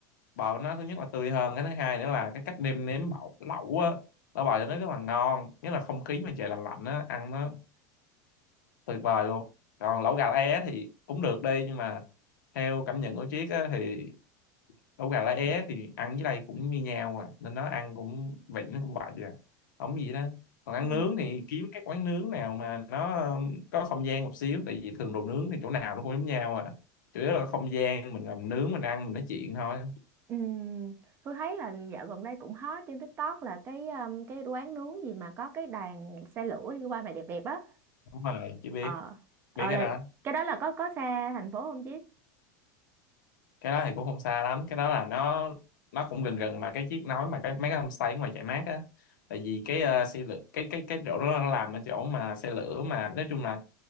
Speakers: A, on the left; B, on the right.
A: bò của nó thứ nhất là tươi hơn cái thứ hai nữa là cái cách nêm nếm bọc lẩu á lẩu bò cho nó rất là ngon nhất là không khí mà trời lạnh lạnh á ăn nó tuyệt vời luôn còn lẩu gà lá é thì cũng được đi nhưng mà theo cảm nhận của Triết á, thì lẩu gà lá é thì ăn với đây cũng như nhau à nên nó ăn cũng vị nó cũng vậy à không gì đó còn ăn
B: Ừ.
A: nướng thì kiếm cái quán nướng nào mà nó um, có không gian một xíu tại vì thường đồ nướng thì chỗ nào nó cũng giống nhau à chủ yếu là không gian mình làm nướng mình ăn mình nói chuyện thôi
B: Ừ. Tôi thấy là dạo gần đây cũng hot trên TikTok là cái um, cái quán nướng gì mà có cái đoàn xe lửa đi qua mà đẹp đẹp á
A: đúng rồi chỉ biết
B: ờ ờ
A: biết cái
B: là
A: đó
B: cái đó là có có xa thành phố không Chí?
A: cái đó thì cũng không xa lắm cái đó là nó nó cũng gần gần mà cái chiếc nói mà cái mấy cái homestay ngoài chạy mát á tại vì cái ờ, xe lửa cái cái cái chỗ đó nó làm ở chỗ mà xe lửa mà nói chung là